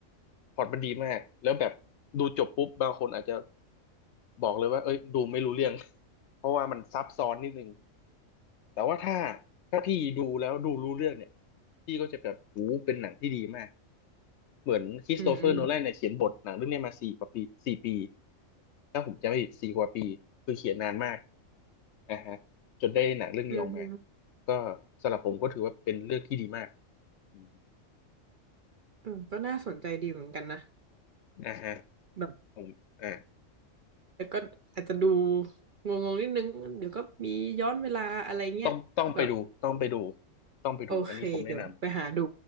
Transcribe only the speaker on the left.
พล็อตมันดีมากแล้วแบบดูจบปุ๊บบางคนอาจจะบอกเลยว่าเอ้ยดูไม่รู้เรื่อง <laughs> เพราะว่ามันซับซ้อนนิดนึง แต่ว่าถ้าถ้าพี่ดูแล้วดูรู้เรื่องเนี่ยพี่ก็จะแบบโอ้เป็นหนังที่ดีมากเหมือนคริสโตเฟอร์โนแลนเนี่ยเขียนบทหนังเรื่องเนี้ยมาสี่กว่าปีสี่ปี
ถ้าผมจำไม่ผิดสี่กว่าปีคือเขียนนานมากอ่าฮะจนได้หนังเรื่องนี้ออกมา
ก็สำหรับผมก็ถือว่าเป็นเรื่องที่ดีมากอื
อฮึอ่าฮะ
ผมอ่า
ต้องต้องไปดูต้องไปดูต้องไปดูอันนี้ผมแนะน